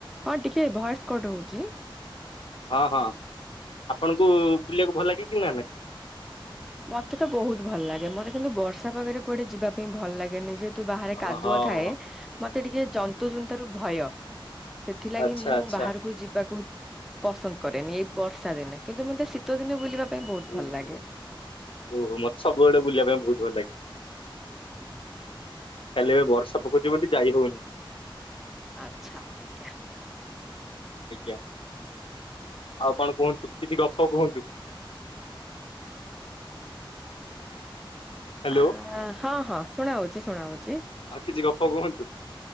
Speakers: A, in the centre; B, on the left (about 85°).
A: ହଁ ଟିକିଏ ଭଏସ୍ କଟ୍ ହଉଛି
B: ହଁ ହଁ ଆପଣଙ୍କୁ ବୁଲିବାକୁ ଭଲ ଲାଗେ କି ନା ନାହିଁ
A: ମତେ ତ ବହୁତ ଭଲ ଲାଗେ ମୋତେ କିନ୍ତୁ ବର୍ଷା ପାଗରେ କୁଆଡେ ଯିବା ପାଇଁ ଭଲ ଲାଗେନି ଯେହ ହେତୁ ବାହାରେ
B: ହଁ
A: କାଦୁଅ
B: ହଁ
A: ଥାଏ ମତେ ଟିକେ ଜନ୍ତୁ ଜୁନ୍ତା ରୁ ଭୟ ସେଥିଲାଗି
B: ଆଚ୍ଛା
A: ମୁଁ
B: ଆଚ୍ଛା
A: ବାହାରକୁ ଯିବାକୁ ପସନ୍ଦ କରେନି ଏଇ ବର୍ଷା ଦିନେ କିନ୍ତୁ ମୋତେ ଶୀତ ଦିନେ ବୁଲିବା ପାଇଁ ବହୁତ
B: ଓହୋ।
A: ଭଲ ଲାଗେ
B: ଓହୋ ମତେ ସବୁଆଡେ ବୁଲିବା ପାଇଁ ବହୁତ ଭଲ ଲାଗେ ଖାଲି ଏବେ ବର୍ଷା ପକଉଛି ବୋଲି ଯାଇ ହଉନି
A: ଆଚ୍ଛା ଆଜ୍ଞା
B: ଆଜ୍ଞା ଆଉ କଣ କୁହନ୍ତୁ କିଛି ଗପ କୁହନ୍ତୁ ହ୍ୟାଲୋ
A: ଆ ହଁ ହଁ ଶୁଣା ହଉଛି ଶୁଣା ହଉଛି
B: ଆଉ କିଛି ଗପ କୁହନ୍ତୁ